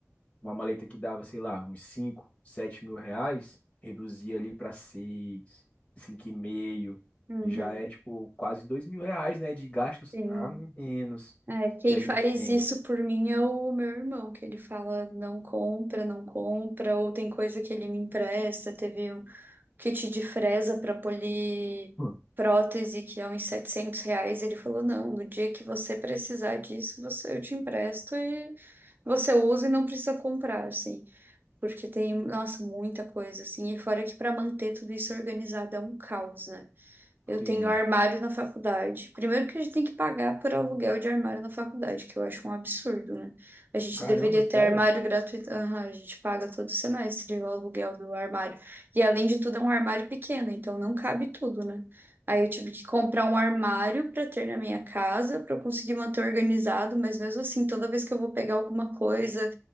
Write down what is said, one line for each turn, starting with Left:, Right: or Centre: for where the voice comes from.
Left: uma maleta que dava, sei lá, uns 5 7 mil reais, reduzia ali para seis cinco E meio
Right: Uhum,
Left: e já é, tipo, quase 2 mil reais, né? De gastos
Right: sim.
Left: a menos
Right: É, quem
Left: que a
Right: faz
Left: gente tem.
Right: isso por mim é o meu irmão, que ele fala não compra, não compra, ou tem coisa que ele me empresta. Teve um kit de fresa para polir
Left: Hum.
Right: prótese, que é uns 700 reais. Ele falou: não, no dia que você precisar disso, você, eu te empresto e você usa e não precisa comprar, assim. Porque tem, nossa, muita coisa, assim. E fora que para manter tudo isso organizado é um caos, né? Eu
Left: Sim,
Right: tenho
Left: mano.
Right: armário na faculdade. Primeiro que a gente tem que pagar por aluguel de armário na faculdade, que eu acho um absurdo, né? A gente
Left: Caramba,
Right: deveria
Left: sério?
Right: ter armário gratuito. Aham, a gente paga todo semestre o aluguel do armário. E além de tudo, é um armário pequeno, então não cabe tudo, né? Aí eu tive que comprar um armário para ter na minha casa, para eu conseguir manter organizado, mas mesmo assim, toda vez que eu vou pegar alguma coisa,